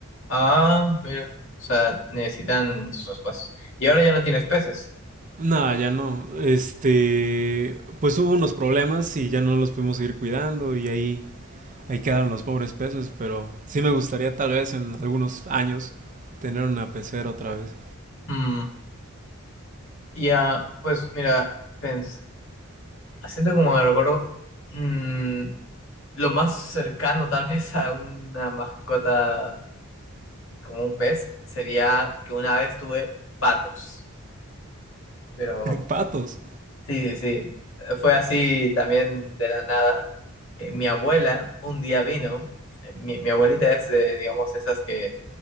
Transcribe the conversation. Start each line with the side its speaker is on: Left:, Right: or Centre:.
Left: Ah, mira, o sea, necesitan sus espacios. Y ahora ya no tienes peces.
Right: Nada, ya no. Este, pues hubo unos problemas y ya no los pudimos seguir cuidando y ahí, ahí quedaron los pobres peces, pero sí me gustaría tal vez en algunos años tener una pecera otra vez.
Left: Mm, ya, pues mira, pens- haciendo como me recuerdo. mm, Lo más cercano tal vez a una mascota como un pez sería que una vez tuve patos, pero
Right: <laughs> Patos.
Left: sí, sí, sí, fue así también de la nada. Eh, mi abuela un día vino, eh, mi, mi abuelita es de, digamos, esas que